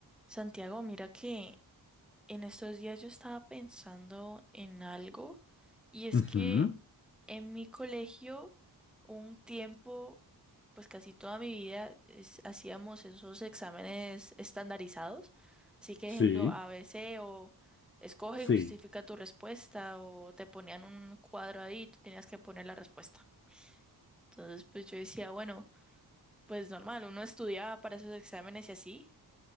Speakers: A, in the centre; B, on the left (about 30°).
A: Santiago, mira que en estos días yo estaba pensando en algo y es
B: Ujú,
A: que en mi colegio un tiempo, pues casi toda mi vida, es- hacíamos esos exámenes estandarizados. Así que, ejemplo,
B: Sí,
A: A B C o escoge
B: sí,
A: y justifica tu respuesta o te ponían un cuadro ahí y tú tenías que poner la respuesta. Entonces, pues yo decía, bueno, pues normal, uno estudiaba para esos exámenes y así.